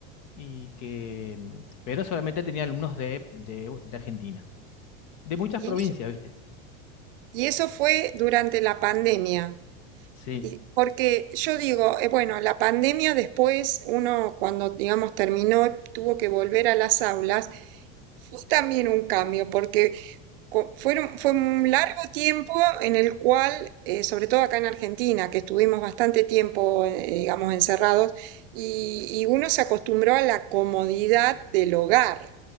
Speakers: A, on the left; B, on the right.
A: y que, mm, pero solamente tenía alumnos de, de, de Argentina, de muchas
B: Y
A: provincias, ¿viste?
B: Y eso fue durante la pandemia.
A: Sí,
B: Y porque yo digo, eh, bueno, la pandemia después, uno cuando, digamos, terminó, tuvo que volver a las aulas, fue también un cambio, porque co- fueron, fue un largo tiempo en el cual, eh, sobre todo acá en Argentina, que estuvimos bastante tiempo, eh, digamos, encerrados, y, y uno se acostumbró a la comodidad del hogar